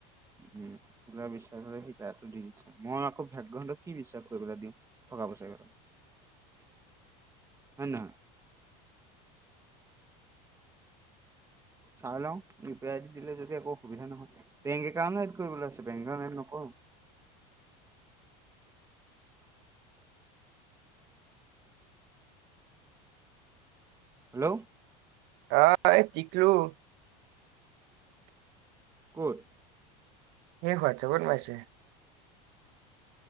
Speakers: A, on the right; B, on the right.
A: উম', ভোলাই বিশ্বাস হ'লে সি তাৰটো দি দিছে, মই আকৌ ভাগ্য হঁতক কি বিশ্বাস কৰি পেলাই দিওঁ। টকা-পইচাকেটা।
B: <inaudible>
A: <unintelligible>
B: <inaudible>
A: চাই লওঁ, ইউ পি আই দিলে যদি একো অসুবিধা নহয়, বেংক একা এ কৰিব আ বেংক এড নকৰো।
B: <inaudible>
A: হেল্ল'।
B: আহ', <unintelligible>
A: কত?
B: সেই <unintelligible> মাইছে